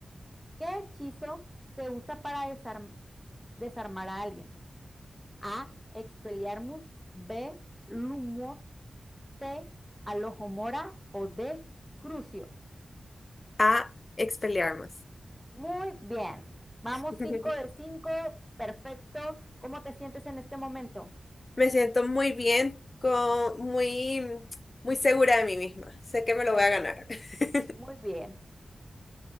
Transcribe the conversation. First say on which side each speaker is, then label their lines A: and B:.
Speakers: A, in the centre; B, on the left.
A: ¿Qué hechizo se usa para desarm- desarmar a alguien? A. Expelliarmus. B. Lumos. C. Alohomora. O D. Crucio.
B: A, Expelliarmus.
A: Muy bien. Vamos
B: <laughs>
A: 5 de cinco. Perfecto. ¿Cómo te sientes en este momento?
B: Me siento muy bien, con, muy, muy segura de mí misma. Sé que me lo
A: Perfecto.
B: voy a ganar. <laughs>
A: Muy bien.